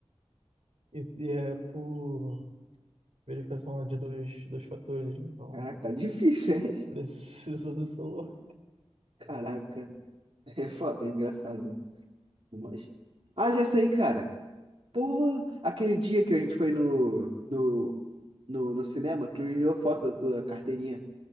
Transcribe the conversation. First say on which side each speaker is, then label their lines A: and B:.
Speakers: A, on the right (about 75°); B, on the right (about 55°).
A: E, e é por verificação de dois, dois fatores, então
B: <laughs> Caraca, tá difícil, hein?
A: preciso <laughs> do celular.
B: Caraca. É foda, é engraçado. Mas... Ah, já sei, cara. Porra, aquele dia que a gente foi no, no, no, no cinema, tu me enviou foto da tua carteirinha,